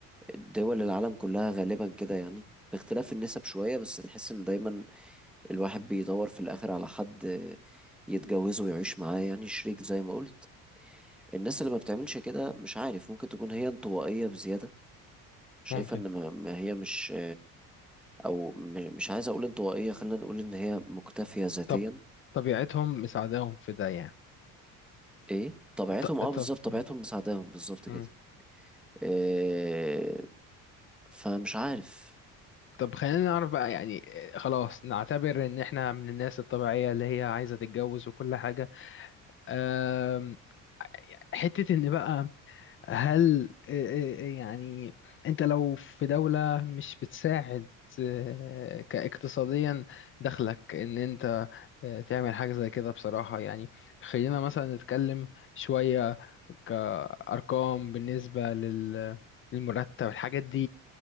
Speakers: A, in the centre; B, on the left.
A: الدول العالم كلها غالبا كده يعني باختلاف النسب شوية بس تحس ان دايما الواحد بيدور في الآخر على حد يتجوزه ويعيش معاه يعني شريك زي ما قلت الناس اللي ما بتعملش كده مش عارف ممكن تكون هي انطوائية بزيادة شايفة
B: ممكن
A: ان ما ما هي مش او م- مش عايز اقول انطوائية خلينا نقول ان هي مكتفية ذاتيا
B: طب طبيعتهم مساعداهم في ده يعني
A: ايه طبيعتهم
B: ط-
A: اه بالظبط
B: طب
A: طبيعتهم
B: مم،
A: مساعداهم بالظبط
B: مم.
A: كده إيه فمش عارف
B: طب خلينا نعرف بقى يعني آه، خلاص نعتبر ان احنا من الناس الطبيعية اللي هي عايزة تتجوز وكل حاجة آم، حتة ان بقى هل آه، آه، آه، يعني انت لو في دولة مش بتساعد آه، كاقتصاديا دخلك ان انت آه، تعمل حاجة زي كده بصراحة يعني خلينا مثلا نتكلم شوية كأرقام بالنسبة لل- للمرتب الحاجات دي